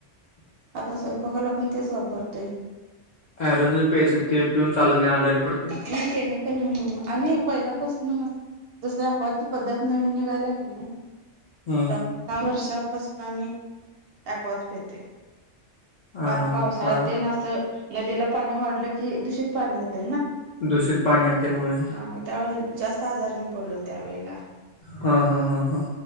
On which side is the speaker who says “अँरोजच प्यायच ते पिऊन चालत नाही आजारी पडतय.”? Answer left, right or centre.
Left